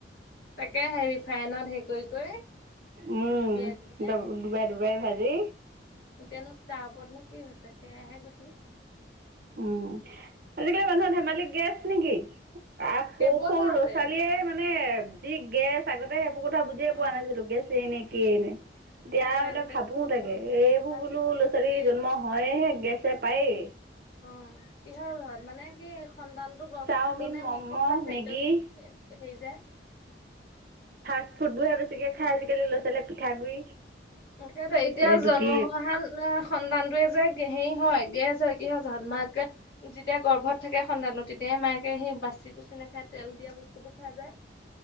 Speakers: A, on the left; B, on the right.
A: তাকেহে ৰিফাইনত হেৰি কৰি - কৰি।
B: উম,
A: জুবিয়াই জুবিয়াই
B: ড ডুবাই - ডুবাই ভাজি।
A: এতিয়ানো তাৰ ওপৰতনো কি হৈছে সেয়াহে গতি
B: উম, আজিকালি মানুহৰ ধেমালি গেছ নেকি? আ
A: কেইবছৰতে।
B: সৰু - সৰু ল'ৰা ছোৱালীয়ে মানে যি গেছ আগতে সেইবো এইবোৰ কথা বুজিয়ে পোৱা
A: অ'
B: নাছিলো গেছে নে কিহে নে। এতিয়া
A: সেইটোৱে আজিকালি
B: মানে ভাবো
A: সৰু
B: তাকে
A: সৰু ল'ৰা ছোৱালী
B: এইবোৰ
A: কিবা ধৰি
B: বোলো
A: লোৱা
B: ল'ৰা ছোৱালী
A: দুয়ে
B: জন্ম হয়হে গেছে পায়েই।
A: অ, কিহৰ ঘৰত মানে কি সন্তানতো গৰ্ভত
B: চাওমিন,
A: থাকো নে
B: ম'ম',
A: মাকক পোৰা খাদ্য।
B: মেগী
A: সেই যে
B: ফাষ্ট ফুড বোৰহে বেছিকে খাই আজিকালি ল'ৰা ছোৱালীয়ে পিঠাগুৰি।
A: সেইটো এতিয়া
B: এইটো
A: জন্ম
B: কি
A: হোৱাহাল সন্তানটোয়ে যে। হেৰি হয় গেছ হয় কি হয় জানা মাকে যেতিয়া গৰ্ভত থাকে সন্তানো তেতিয়াই মাকে সেই বা কুচি - কুচি নাখাই তেল দিয়া বস্তুবোৰ খাই যায়।